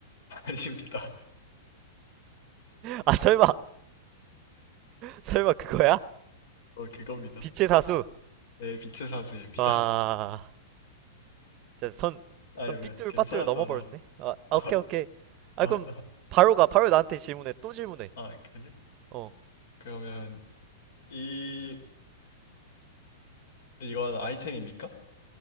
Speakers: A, on the left; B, on the right.
A: <laughs> 아닙니다.
B: 아 설마 설마 그거야?
A: 어, 그겁니다.
B: 빛의 사수.
A: 예, 빛의 사수입니다.
B: 와,
A: <laughs>
B: 진짜 선,
A: 아이,
B: 선
A: 왜,
B: 삐뚤
A: 괜찮았잖아.
B: 빠뚤 넘어버렸네. 아, 아,
A: <laughs>
B: 오케이, 오케이.
A: 아,
B: 아,
A: 아,
B: 그럼 바로 가. 바로 나한테 질문해. 또 질문해.
A: 아, 그래?
B: 어,
A: 그러면, 이, 이건 아이템입니까?